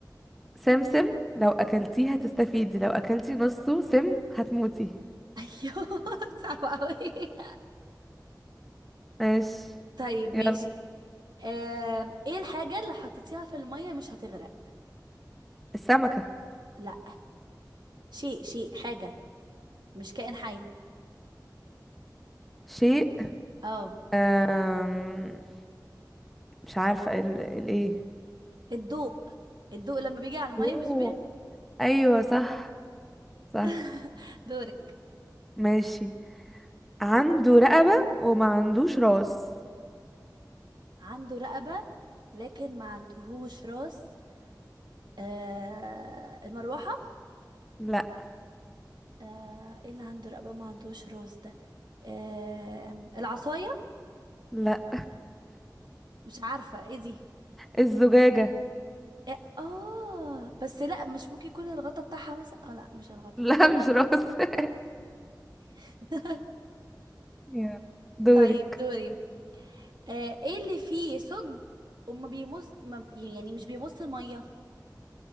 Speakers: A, in the centre; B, on the right.
A: سمسم لو اكلتيه هتستفيدي لو اكلتي نصه سم هتموتي
B: ايوه صعب قوي
A: ماشي
B: طيب ماشي
A: يلا
B: آه ايه الحاجة اللي حطيتيها في المية مش هتغرق
A: السمكة
B: لا شيء شيء حاجة مش كائن حي
A: شيء
B: اه
A: أم... مش عارفة ال... الايه
B: الضوء الضوء لما بيجي على المية
A: يوه
B: مش بيغ
A: ايوه صح صح
B: <laughs> دورك
A: ماشي عنده رقبة وما عندوش راس
B: عنده رقبة لكن ما عندهوش راس آه المروحة
A: لا
B: آه ايه اللي عنده رقبة ما عندهوش راس ده آه العصاية
A: لا
B: مش عارفة ايه دي
A: الزجاجة
B: إيه؟ اه بس لا مش ممكن يكون الغطا بتاعها مثلا اه لا مش
A: <laughs>
B: الغطا
A: لا مش راس <laughs>
B: <laughs>
A: يلا دورك
B: طيب دوري آه ايه اللي فيه ثقب وما بيمص ما بي- يعني مش بيمص المية